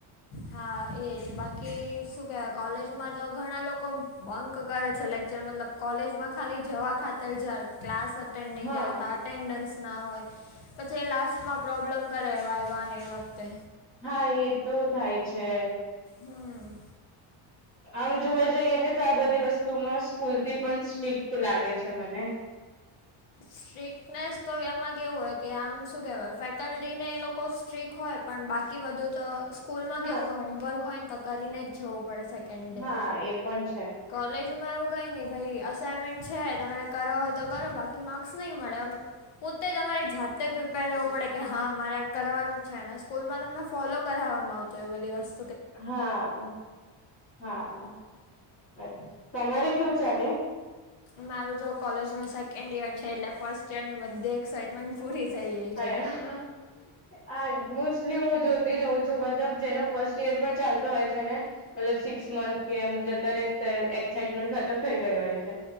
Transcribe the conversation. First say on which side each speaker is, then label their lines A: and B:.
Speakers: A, on the left; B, on the left.
A: હા એજ બાકી શું કેવાય કોલેજમાં તો ઘણા લોકો બંક કરે છે લેક્ચર મતલબ કોલેજમાં ખાલી જવા ખાતર જાર ક્લાસ અટેન્ડ નહીં
B: હા
A: કરતા અટેન્ડન્સ ના હોય પછી એ લાસ્ટમાં પ્રોબ્લેમ કરે વાયવા ને એ વખતે
B: હા એ તો થાય છે.
A: હમ
B: આમ જોવા જઈએ ને તો આ બધી વસ્તુમાં સ્કૂલ થી પણ સ્ટ્રિક લાગે છે મને
A: સ્ટ્રીકનેસ તો એમાં કેવું હોય કે આમ શું કહેવાય ફેકલ્ટી ને એ લોકો સ્ટ્રીક હોય પણ બાકી બધું તો સ્કૂલ માં
B: હા
A: કેવું કે હોમવર્ક હોયને તો કરીને જ જવું પડે સેકન્ડ
B: હા
A: ડે
B: એ પણ છે.
A: કોલેજમાં એવું કઈ નહી ભાઈ અસાાઈનમેન્ટ છે તમારે કરો હોય તો કરો બાકી માર્ક્સ નહીં મળે પોતે તમારે જાતે પ્રિપેર રહેવું પડે કે હા મારે આ કરવાનું છે ને સ્કૂલમાં તમને ફોલો કરાવવામાં આવતું તો એ બ દિવસ
B: હા હા તમારે કેવું ચાલે
A: મારું જો કોલેજ નું સેકન્ડ યર છે એટલે ફર્સ્ટ યર બધે એક્સાઇટમેન્ટ પૂરી થઈ
B: <inaudible>
A: છે
B: હા મોસ્ટલી હું જોઈતી જઉં છું મતલબ જેનો ફર્સ્ટ યર પણ ચાલતો હોય છે ને મતલબ સિક્સ મંથ કે એમ જતા રે તો એક્સાાઈટમેન્ટ ખતમ થઇ ગય હોય છે.